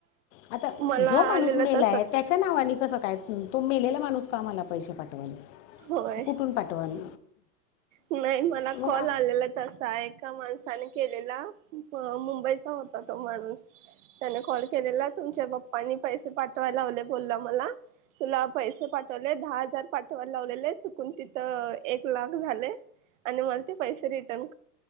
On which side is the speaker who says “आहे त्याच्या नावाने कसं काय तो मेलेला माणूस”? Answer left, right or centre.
Left